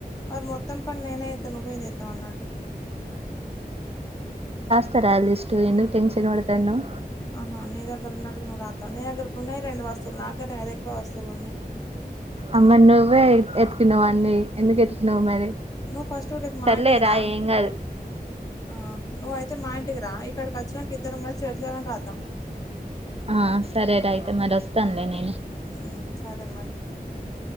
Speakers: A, on the left; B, on the right.
A: మరి మొత్తం పని నేనేచేత్తే మరి నువ్వేం చేత్తవ్ అన్నట్టు
B: చెరాయ్ లిస్ట్ ఎందుకు టెన్షన్ పడతన్నావ్
A: ఆహా నీ దగ్గర ఉన్నట్టుగా ను రాత్త నే నీ దగ్గర ఉన్నాయి రెండు వస్తువులు నాగ్గర్నె కదా అది ఎక్కువ వస్తువులు ఉన్నాయి
B: అమ్మి నువ్వే ఎత్కినవ్ వాడ్ని ఎందుకు ఎత్కినవు మరి
A: నువ్వు ఫస్ట్ రేపు మా
B: సర్లే
A: ఇంటికిరా
B: రా ఏం కాదు
A: ఆ నువ్ అయితే మా ఇంటికిరా ఇక్కడ అచ్చినక ఇద్దరం కలిశి చెరి సగం రాద్దాం
B: ఆ సరే రా అయితే మరి వస్తానులే నెన్
A: మ్మ్ సరే మరి